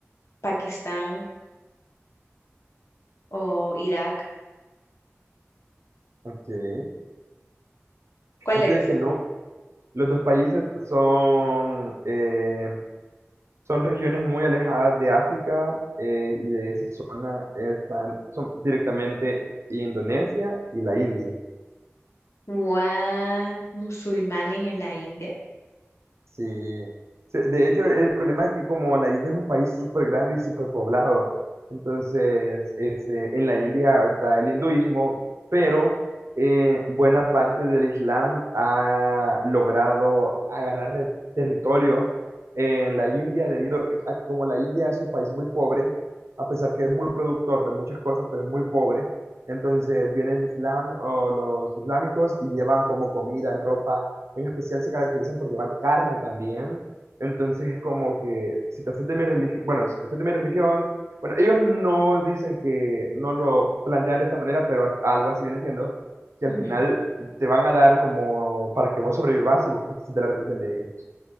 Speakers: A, on the left; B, on the right.
A: Pakistán o Irak.
B: ok.
A: ¿Cuál
B: Fíjate
A: es?
B: de que no, los dos países son, eh, son regiones muy alejadas de África eh, y de esa zona están, son directamente Indonesia y la India.
A: What? Musulmanes en la India.
B: Sí, Se- de hecho el problema es que como la India es un país súper grande y súper poblado, entonces este, en la India está el hinduismo, pero eh, buena parte del Islam ha logrado agarrar re- territorio en la India debido a que como la India es un país muy pobre, a pesar que es muy productor de muchas cosas, pero es muy pobre, entonces viene el Islam o los islámicos y llevan como comida, ropa en especial se caracterizan por llevar carne también. Entonces es como que si te haces de mi religión, bueno, si te haces de mi religión, bueno, ellos no dicen que no lo plantean de esta manera, pero es- algo así viene siendo, que
A: Ujú.
B: al final te van a dar como para que vos sobrevivas y vos te haces de la religión de ellos.